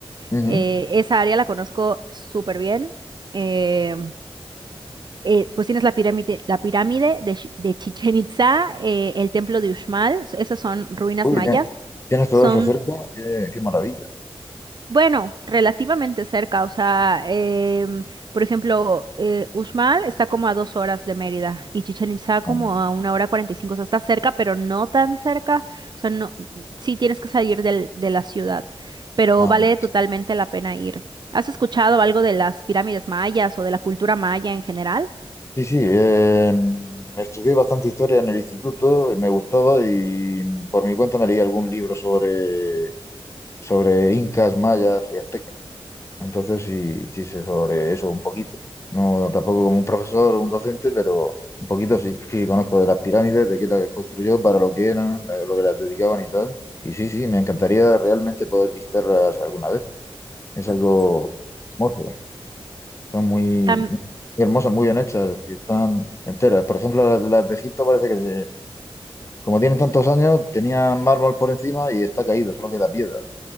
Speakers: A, on the left; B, on the right.
A: Ujú.
B: eh, esa área la conozco súper bien. eh, eh, pues tienes la pirámide, la pirámide de, Chichen Itza, el templo de Uxmal, s- esas son ruinas
A: Uy,
B: mayas.
A: bien. Tienes todo
B: Son
A: eso cerca, qué, qué maravilla.
B: Bueno, relativamente cerca, o sea, em, por ejemplo, eh, Uxmal está como a dos horas de Mérida y Chichén Itzá como
A: Ah,
B: a una hora cuarenta y cinco, o sea, está cerca, pero no tan cerca, o sea, no, sí tienes que salir del- de la ciudad, pero
A: ah.
B: vale totalmente la pena ir. ¿Has escuchado algo de las pirámides mayas o de la cultura maya en general?
A: Sí, sí, eh, estudié bastante historia en el instituto, y me gustaba y mm, por mi cuenta me leí algún libro sobre, sobre incas, mayas y aztecas. Entonces sí, sí sé sobre eso un poquito. No tampoco como un profesor o un docente, pero un poquito sí. Sí, conozco de las pirámides, de qué las construyó, para lo que eran, la- lo que las dedicaban y tal. Y sí, sí, me encantaría realmente poder visitarlas alguna vez. Es algo hermoso. eh. Son muy,
B: Am-
A: muy hermosas, muy bien hechas y están enteras. Por ejemplo, las, de las de Egipto parece que, se- como tienen tantos años, tenían mármol por encima y está caído, solo queda piedra,